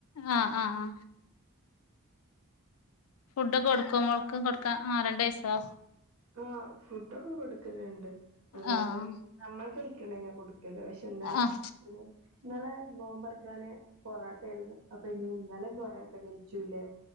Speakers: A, on the left; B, on the right.
A: ആഹ് ആഹ് ആഹാ ഫുഡ്ഡൊക്കെ കൊട്ക്കൊ? മോൾക്കും കൊടുക്കാ, ആഹ് രണ്ട് വയ്സ്സോ?
B: ആഹ് ഫുഡ്ഡൊക്കെ കൊടുക്കലിണ്ട്. അതായത്
A: ആഹ്
B: നമ്മൾ കയെക്കിണെന്നെ കൊട്ക ക്കല് പഷെ ഇന്നലെ
A: ആഹ്
B: ഇനലെ നോമ്പൊർക്കാന് പൊറാട്ടയ്ര്ന്ന് അപ്പൊ ഇഞ്ഞ് ഇന്നലിം പൊറാട്ട വെയ്ചൂല്ലെ?